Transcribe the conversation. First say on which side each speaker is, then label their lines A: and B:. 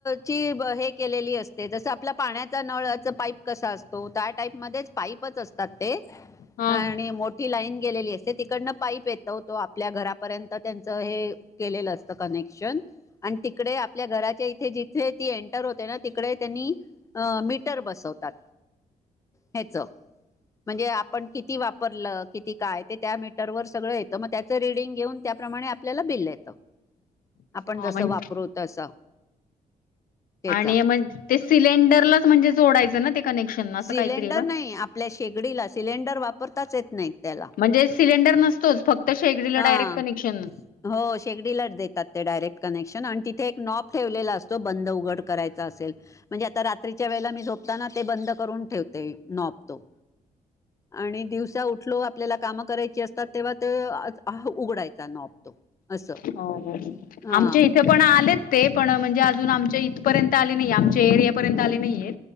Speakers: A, on the left; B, on the left.
A: ची, हे केलेली असते, जसं आपल्या पाण्याचा नळाच पाईप कसा असतो, त्या टाईप मध्ये पाईपच असतात ते,
B: हा
A: आणि मो ठी लाईन गेलेली असते, तिकडनं पाईप येतो, तो आपल्या घरापर्यंत, त्यांचं हे केलेलं असत कनेक्शन, अन तिकडे आ पल्या घराच्या इथे, जिथे ती एंटर होते ना, तिकडे त्यांनी, अ मीटर बसवतात ह्याच. म्हणजे आपण किती वापरलं, किती काय, ते त्या मीटरवरर सगळं येतं, मग त्या त रीडिंग घेऊन, त्याप्रमाणे आपल्याला बिल येतं. आपण,
B: हा
A: जसं
B: म्हण
A: वापरू तसं. त्याचा
B: आणि म, ते सिलेंडरलाच, म्हणजे जोडायचं ना ते, कनेक्शन? असं
A: सिलेंडर
B: काहीतरी आहे का
A: नही, आपल्या शेगडीला, सिलेंडर वापरताच येत नही त्याला.
B: म्हणजे सिलेंडर नसतोच, फक्त शेगडीला
A: हा
B: डायरेक्ट कनेक्शन.
A: हो शेगडीलाच देतात, ते डायरेक्ट कनेक्शन, अन तिथे एक नॉब ठेवलेला असतो, बंद-उघड करायचा असेल म्हणजे आता रात्रीच्या वेळेला, मी झोपताना, ते बंद करून ठेवते, नाॅब तो. आणि दिवसा उठलो, आपल्याला कामं करायची असतात, तेव्हा तो हह उघडायचा नाॅब तो, असं,
B: हो हो
A: अं.
B: आमच्या इथे पण आलेत ते पण, म्हणजे अजून आमच्या इथपर्यंत आले नही, आमच्या एरियापर्यंत आले नहीये.